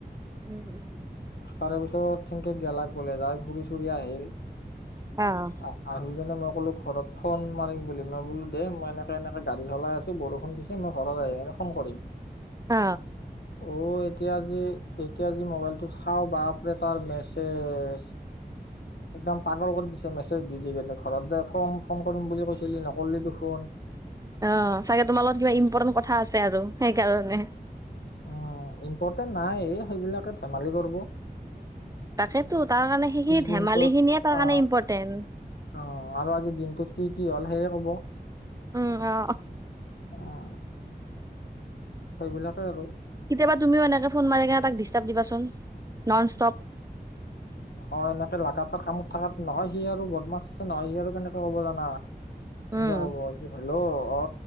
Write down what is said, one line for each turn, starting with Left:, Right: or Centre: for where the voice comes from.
Right: উম উম উ।
Left: তাৰে পিছত থেনকে গেলাক গ'লে যাই ফুৰি চুৰি আহিল।
Right: অ',
Left: আ আহি কিনে মই কলো ঘৰত ফোন মাৰিম বুলি। মই বোলো দে মই এনেকে এনেকে গাড়ী চলাই আছো বৰষুণ দিছে মই ঘৰত আহিনে ফোন কৰিম।
Right: অ।
Left: অ এতিয়া যি এতিয়া যি মোবাইলটো চাও বাপৰে তাৰ মেছেজ। একদম পাগল কৰি দিছে মেছেজ দি দি কেনে ঘৰত যাই ফোন ফোন কৰিম বুলি কৈছে। খেলি নকলি দেখোন।
Right: অ চাগে তোমাৰ লগত কিবা ইম্পৰ্টেণ্ট কথা আছে আৰু সেইকাৰণে।
Left: উ ইম্পৰ্টেণ্ট নাই সেইবিলাকে ধেমালি কৰব।
Right: তাকেতো তাৰ কাৰণে সেইখিনি
Left: দিনটোত
Right: ধেমালি খিনিয়ে তাৰ
Left: অ
Right: কাৰণে ইম্পৰ্টেণ্ট।
Left: অ আৰু আজি দিনটোত কি কি হ'ল সেয়ে কব।
Right: উম অ।
Left: উম সেইবিলাকে আৰু।
Right: কেতিয়াবা তুমিও এনেকে ফোন মাৰি কেনে তাক ডিষ্টাৰ্ব দিবাচোন ননষ্টপ।
Left: হয় এনেকে লাগাতাৰ কামত থকাত নহয় সি আৰু বদমাছ আছে নহয় সি আৰু কেনেকে ক'ব জানা। হেনকে
Right: উম
Left: কব হেল্ল' অ।